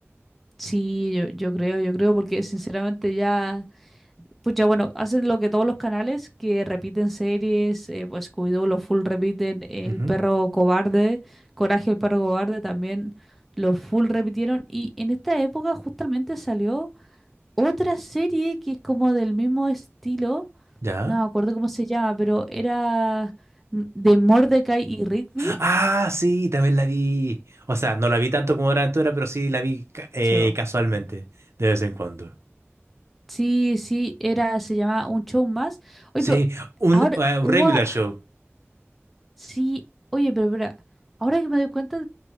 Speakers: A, in the centre; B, on the right.
A: Sí, yo, yo creo, yo creo, porque sinceramente ya, pues ya bueno, hacen lo que todos los canales que repiten series, eh, pues Scooby-Doo, los full repiten, El
B: Ujú.
A: perro cobarde, Coraje el perro cobarde también, los full repitieron y en esta época justamente salió Otra serie que es como del mismo estilo,
B: ¿Ya?
A: no me acuerdo cómo se llama, pero era mm, de Mordecai y Rigby.
B: Ah, sí, también la vi. O sea, no la vi tanto como Hora de Aventura, pero sí la vi ca- eh,
A: Se va.
B: casualmente, de vez en cuando.
A: Sí, sí, era, se llamaba Un Show Más. Oye,
B: Sí,
A: pero
B: un,
A: ahora,
B: eh, un
A: ua,
B: regular show.
A: sí, oye, pero espera, ahora que me doy cuenta,